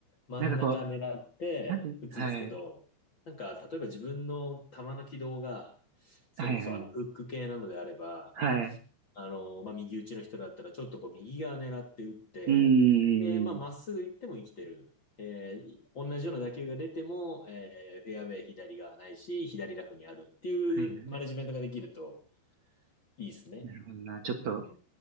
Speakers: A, on the left; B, on the right.
A: 真ん中狙って打つんですけど、
B: なんかこう、なんて、はい、
A: なんか、例えば自分の球の軌道が、それこそあの、
B: はいはい、
A: フック系なのであれば、
B: はい。
A: あの、まあ、右打ちの人だったら、ちょっとこう、右側狙って打って、
B: うーん、
A: で、まあ、まっすぐ行っても生きてる。えー同じような打球が出ても、えーフェアウェイ左側ないし、左ラフにあるっていうマネジメントができると
B: はいはい。
A: いいですね。
B: なるほどな。ちょっと、
A: うん。